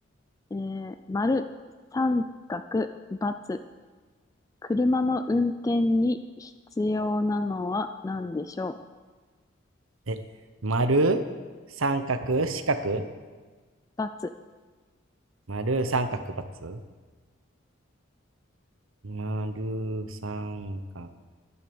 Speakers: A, on the left; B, on the right.
A: えー、丸、三角、×、車の運転に必要なのは何でしょう×
B: え、丸、三角、四角、
A: バツ、
B: 丸、三角、×、丸、三角、